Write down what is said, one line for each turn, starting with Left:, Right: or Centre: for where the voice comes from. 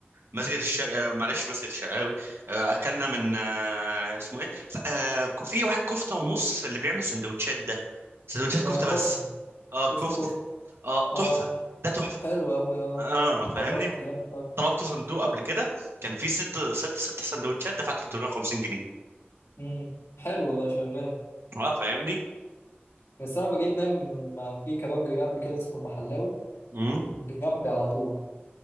Right: مسجد الشرق آه، معلش مسجد الشرقاوي آه، أكلنا من آه، اسمه إيه ف- آه، في واحد كفتة ونص اللي بيعمل سندوتشات ده سندوتشات
Left: اه
Right: كفتة
Left: كفته
Right: بس اه كفتة
Left: اسمه كفته
Right: اه
Left: اه
Right: تحفة ده تحفة
Left: حلو قوي اه
Right: اه فاهمني
Left: جربته جامد قوي
Right: طلبت صندوق قبل كده كان فيه ست ست ست سندوتشات دفعت 350 جنيه
Left: امم حلو ده شغال
Right: اه فاهمني
Left: بس انا بجيب دايما من ما في كبابجي جنبي كده اسمه المحلاوي
Right: مم.
Left: جنبي على طول